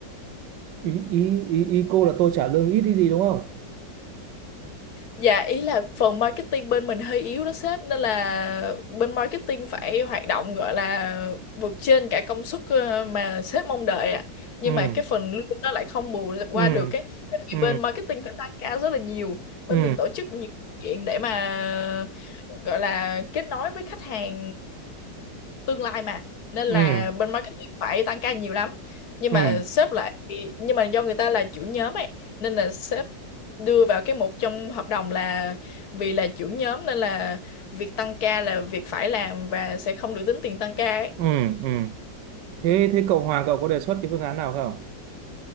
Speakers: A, on the right; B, on the left.
A: Ý ý ý, ý cô là tôi trả lương ít đi gì đúng không?
B: Dạ ý là phần marketing bên mình hơi yếu đó sếp nên là bên marketing phải hoạt động gọi là vượt trên cả công suất ờ, mà sếp mong đợi ạ. Nhưng
A: Ừ
B: mà cái phần lương nó lại không bù qua
A: ừ
B: được cái tại vì
A: ừ
B: bên marketing phải tăng ca rất là nhiều. Bên
A: ừ
B: mình tổ chức nhiều sự kiện để mà gọi là kết nối với khách hàng tương lai mà nên là
A: ừ
B: bên marketing phải tăng ca nhiều lắm. Nhưng
A: ừ
B: mà
A: ừ ừ
B: sếp lại nhưng mà do người ta là chủ nhóm ấy nên là sếp đưa vào cái mục trong hợp đồng là vì là trưởng nhóm nên là việc tăng ca là việc phải làm và sẽ không được tính tiền tăng ca ấy.
A: ừ, ừ, ừ. Thế thế cậu Hoàng cậu có đề xuất cái phương án nào không?